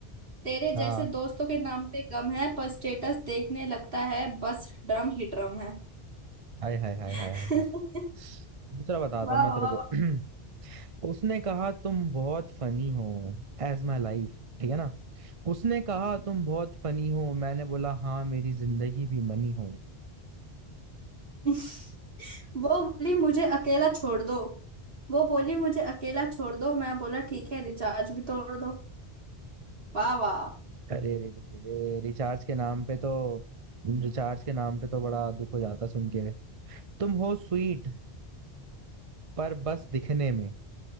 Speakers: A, on the right; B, on the right.
A: तेरे जैसे
B: हाँ
A: दोस्तों के नाम पे गम है पर स्टेटस देखने लगता है बस ड्रम ही ड्रम है
B: हाय हाय हाय हाय
A: <laughs>
B: हाय हाय।
A: वाह
B: दूसरा बताता
A: वाह
B: हूँ मैं तेरे
A: वाह
B: को <clears throat> उसने कहा तुम बहुत फनी हो एज माई लाइफ ठीक है ना उसने कहा
A: वाह।
B: तुम बहुत फनी हो मैंने बोला हाँ मेरी जिंदगी भी मनी हो
A: <laughs> वो बोली मुझे अकेला छोड़ दो वो बोली मुझे अकेला छोड़ दो मैं बोला ठीक है रिचार्ज भी तोड़ दो वाह वाह
B: अरे रे रे रे रे रिचार्ज के नाम पे तो रिचार्ज के नाम पे तो बड़ा दुख हो जाता सुन के तुम हो स्वीट पर बस दिखने में